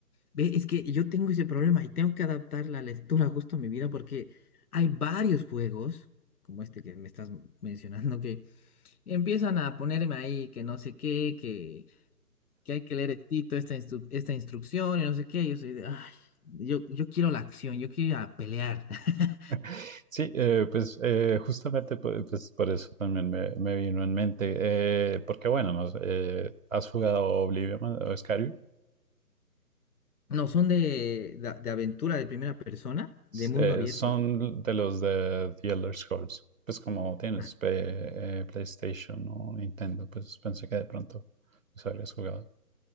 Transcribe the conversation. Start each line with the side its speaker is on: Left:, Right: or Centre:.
Left: Ve, es que yo tengo ese problema y tengo que adaptar la lectura justo a mi vida porque hay varios juegos, como este que me estás mencionando, que empiezan a ponerme ahí que no sé qué, que, que hay que leer estito, esta, instru- esta instrucción y no sé qué. Yo soy de, ay, yo, yo quiero la acción, yo quiero ir a pelear. <laughs>
Right: <laughs> Sí, eh, pues eh, justamente pu- pues, por eso también me, me vino en mente, eh, porque bueno, no sé, eh, ¿has jugado Oblivion o Skyrim?
Left: No, son de, de, de aventura de primera persona, de
Right: S-
Left: mundo
Right: eh,
Left: abierto.
Right: son de los de The Elder Scrolls, pues como tienes
Left: Ajá.
Right: pe- eh, PlayStation o Nintendo, pues pensé que de pronto los habrías jugado.